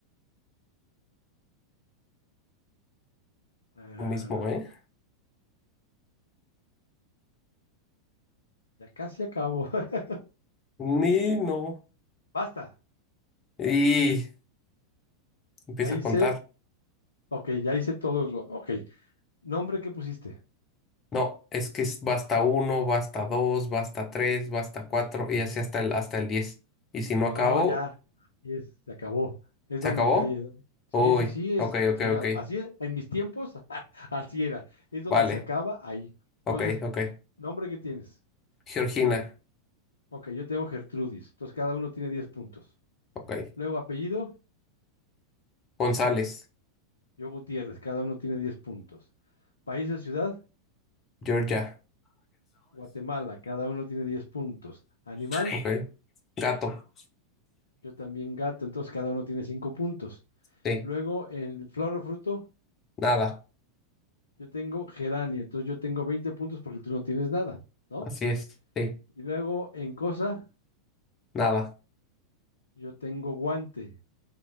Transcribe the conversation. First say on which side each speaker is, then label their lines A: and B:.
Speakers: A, on the left (about 70°); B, on the left (about 25°).
A: Ah,
B: lo mismo, ¿eh?
A: ya casi acabo. <laughs>
B: Ni no.
A: Basta.
B: Y empieza
A: Ya hice,
B: a contar.
A: ok, ya hice todos los, ok. Nombre que pusiste.
B: No, es que es- va hasta uno, va hasta dos, va hasta tres, va hasta cuatro y así hasta el, hasta el diez. Y si no
A: No,
B: acabó,
A: ya, así es, se acabó. Es
B: ¿se
A: donde
B: acabó?
A: acá. ya- Sí,
B: Uy,
A: sí, sí, es,
B: ok,
A: sí,
B: ok,
A: a-
B: ok.
A: así es. En mis tiempos, <laughs> así era. Es donde
B: Vale,
A: se acaba ahí. Entonces,
B: ok, ok.
A: nombre que tienes.
B: Georgina,
A: Ok, yo tengo Gertrudis. Entonces, cada uno tiene 10 puntos.
B: ok.
A: Luego, apellido,
B: González,
A: yo Gutiérrez. Cada uno tiene 10 puntos. País o ciudad,
B: Georgia,
A: Guatemala. Cada uno tiene 10 puntos. Animal,
B: ok. Gato,
A: yo también gato. Entonces, cada uno tiene 5 puntos.
B: sí,
A: Luego, en flor o fruto,
B: nada,
A: yo tengo geranio. Entonces, yo tengo 20 puntos porque tú no tienes nada, ¿no?
B: así es, sí,
A: Y luego en cosa,
B: nada,
A: yo tengo guante,